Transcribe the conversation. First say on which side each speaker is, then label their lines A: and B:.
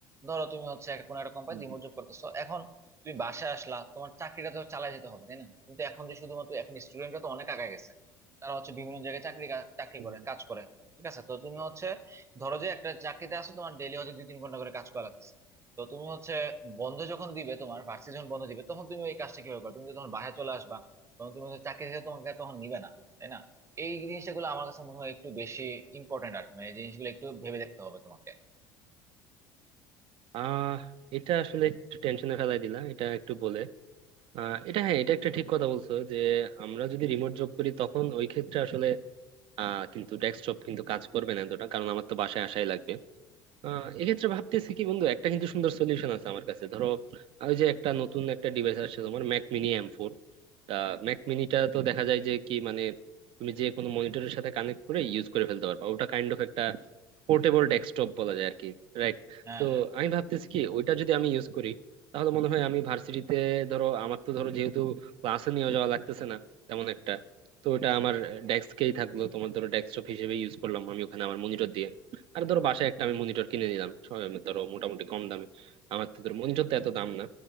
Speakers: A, on the right (about 25°); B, on the right (about 55°).
A: ধরো তুমি হচ্ছে একটা কোনো একটা কোম্পানি
B: হুম,
A: রিমোট
B: হুম,
A: জব করতেছো এখন তুমি বাসায় আসলা তোমার চাকরিটা তো চালিয়ে যেতে হবে তাই না তুমি তো এখন যে শুধুমাত্র এখন স্টুডেন্টরা তো অনেক আগায় গেছে তারা হচ্ছে বিভিন্ন জায়গায় চাকরি কা- চাকরি
B: হুম।
A: করে
B: হুম।
A: কাজ করে ঠিক আছে তো তুমি হচ্ছে ধরো যে একটা চাকরিতে আছো তোমার ডেইলি হচ্ছে দুই তিন ঘন্টা করে কাজ করা লাগতেছে তো তুমি হচ্ছে বন্ধ যখন দিবে তোমার ভার্সিটি যখন বন্ধ দিবে তখন তুমি ওই কাজটা কিভাবে করবে তুমি তো তখন বাসায় চলে আসবা তখন তুমি হচ্ছে চাকরি থেকে তোমাকে আর তখন নিবে না তাই না এই জিনিসটা গুলো আমার কাছে মনে হয় একটু বেশি ইম্পর্টেন্ট আর কি। মানে এই জিনিসগুলো একটু ভেবে দেখতে হবে তোমাকে
B: আহ এটা আসলে একটু টেনশনে ফেলাই দিলা এটা একটু বলে আহ এটা হ্যাঁ এটা একটা ঠিক কথা বলছো যে আমরা যদি রিমোট জব করি তখন ওই ক্ষেত্রে আসলে আহ কিন্তু ডেস্ক জব কিন্তু কাজ করবে না এতটা কারণ আমার তো বাসায় আসাই লাগবে আহ, এক্ষেত্রে ভাবতেছি কি বন্ধু একটা কিন্তু সুন্দর সলিউশন আছে আমার কাছে ধরো ওই যে একটা নতুন একটা ডিভাইস আসছে তোমার ম্যাক মিনি এম ফোর ম্যাক মিনিটা তো দেখা যায় যে কি মানে তুমি যে কোনো মনিটরের সাথে কানেক্ট করে ইউজ করে ফেলতে পারবা ওটা কাইন্ড অফ একটা পোর্টেবল ডেস্কটপ বলা যায় আর কি রাইট
A: হ্যাঁ
B: তো
A: হ্যাঁ
B: আমি ভাবতেছি কি ওইটা যদি আমি ইউজ করি তাহলে মনে হয় আমি ভার্সিটিতে ধরো আমার তো ধরো যেহেতু ক্লাসে নিয়ে যাওয়া লাগতেছে না তেমন একটা তো ওটা আমার ডেস্কেই থাকলো তোমার ধরো ডেস্কটপ হিসেবে ইউজ করলাম আমি ওখানে আমার মনিটর দিয়ে আর ধরো বাসায় একটা আমি মনিটর কিনে নিলাম স- ধরো মোটামুটি কম দামে আমার তো ধরো মনিটর তো এত দাম না